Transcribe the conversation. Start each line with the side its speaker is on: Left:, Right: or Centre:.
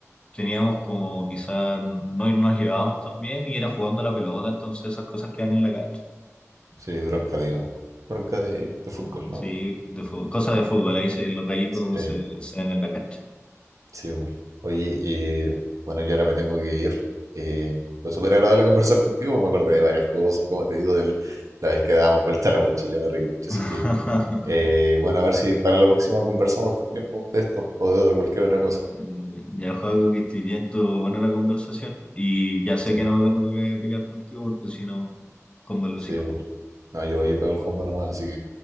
Left: teníamos como quizás no no nos llevábamos tan bien y era jugando a la pelota, entonces esas cosas quedan en la cancha.
Right: Sí, bronca, digamos. Bronca de, de fútbol, no.
Left: Sí, de fútbol, cosas de fútbol, ahí se, los gallitos
Right: Sí.
Left: se, se ven en la cancha.
Right: Sí, bu. oye, y bueno, yo ahora me tengo que ir. Eh, fue súper agradable conversar contigo, me acordé de varias cosas, como te digo, de la, la vez que dábamos vuelta a la mochila, me reí mucho, así
Left: <laughs>
Right: que, eh, bueno, a ver si para la próxima conversamos también pues, de esto o de otra, cualquier otra cosa.
Left: Mm, Ya, Joaco, que estoy bien, estuvo buena la conversación y ya sé
Right: Sí,
Left: que no me tengo que pelear contigo porque si no, con el
Right: sí,
Left: hocico.
Right: pues. No, yo voy y pego el combo nomás, así que